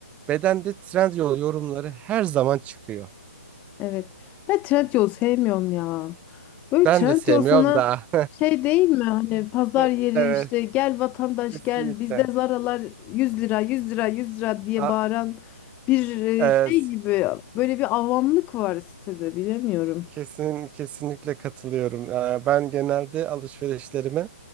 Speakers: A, on the right (about 15°); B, on the left (about 20°).
A: Bedende Trendyol yorumları her zaman çıkıyor.
B: Evet. Ben Trendyol sevmiyorum ya. Böyle
A: Ben
B: Trendyol
A: de sevmiyorum
B: sana
A: da.
B: şey değil mi? Hani pazar
A: <laughs>
B: yeri
A: Evet,
B: işte gel vatandaş
A: kesinlikle.
B: gel bizde Zara'lar 100 lira 100 lira 100 lira diye
A: A-
B: bağıran bir e,
A: e,
B: şey gibi böyle bir avamlık var sitede bilemiyorum.
A: kesin kesinlikle katılıyorum. E, ben genelde alışverişlerimi